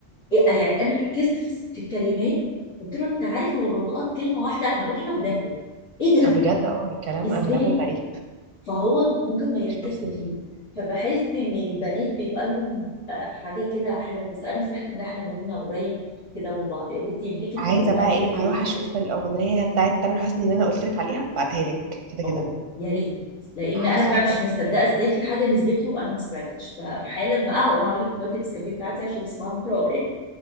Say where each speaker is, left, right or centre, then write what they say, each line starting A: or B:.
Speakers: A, on the left (about 80°); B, on the right (about 85°).
A: إيه- يعني انا ركزت في الس- في الكلمات قلت له انت عارف هو لو لقط كلمه واحده احنا رحنا في داهيه ايه ده
B: بجد اه الكلام
A: ازاي
B: اغلبه غريب
A: فهو ممكن ما يركزش
B: مش مفهوم
A: فيه فبحس ان البنات بيبقى لهم آه، حاجه كده حلوه بس انا فرحت ان احنا مبنى قريب كده من بعض يعني انت ليكي
B: عايزه
A: في الرومانسي
B: بقى ايه اروح
A: ال-
B: اشوف الاغنيه بتاعت تامر حسني اللي انا قلت لك عليها بعتها لك كده
A: اه
B: كده
A: يا ريت لان
B: حاساها
A: انا فعلا مش
B: تعجبك
A: مصدقه ازاي في حاجه نزلت له انا ما سمعتهاش فحالا بقى هقوم اعمل لي كوبايه النسكافيه بتاعتي عشان اسمعها في رواقي